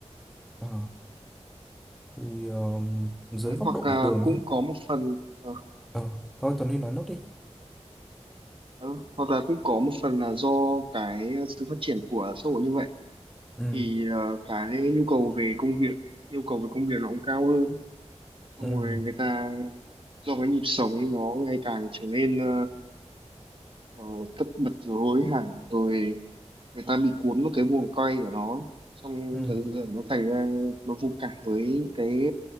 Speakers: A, in the centre; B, on the right.
A: ờ. thì ờ, dưới
B: Đấy,
A: góc
B: hoặc
A: độ
B: là
A: của Tường
B: cũng
A: nhé
B: có một phần ờ,
A: ờ thôi Tuấn Huy nói nốt đi
B: đó, hoặc là cũng có một phần là do cái sự phát triển của xã hội như vậy
A: ừ
B: thì ờ, cái nhu cầu về công việc yêu cầu về công việc nó cũng cao hơn xong
A: ừ
B: rồi người ta do cái nhịp sống nó ngày càng trở nên ờ, ờ, tất bật rồi hối hả rồi người ta bị cuốn vào cái guồng quay của nó ấy. xong
A: ừ
B: dần dần nó thành ra nó vô cảm với những cái